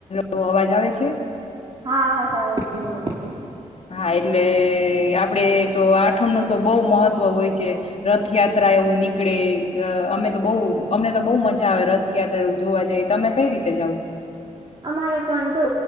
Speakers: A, on the left (about 60°); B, on the right (about 35°).
A: હલો અવાજ આવે છે?
B: હા અવાજ આવે છે બોલો બોલો
A: હા, એટલે આપડે તો આઠમ નું તો બહુ મહત્વ હોય છે, રથયાત્રા એવું નીકળે અમે તો બહુ અમને તો બહુ મજા આવે રથયાત્રા એવું જોવા જાય તમે કઈ રીતે જાાવ?
B: અમારે પણ જો